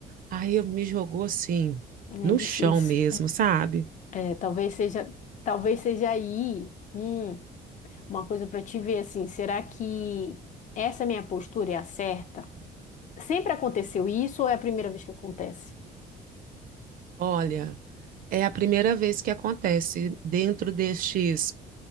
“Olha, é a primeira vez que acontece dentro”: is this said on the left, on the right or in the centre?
Right